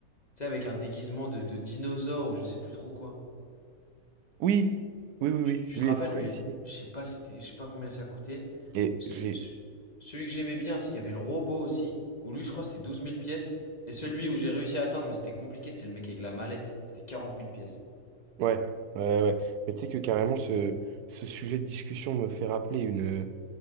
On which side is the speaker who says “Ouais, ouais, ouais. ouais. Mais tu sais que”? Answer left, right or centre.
Right